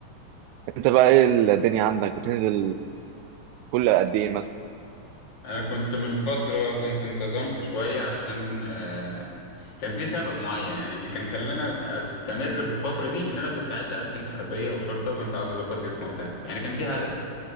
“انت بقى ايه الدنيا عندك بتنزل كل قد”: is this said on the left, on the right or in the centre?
Right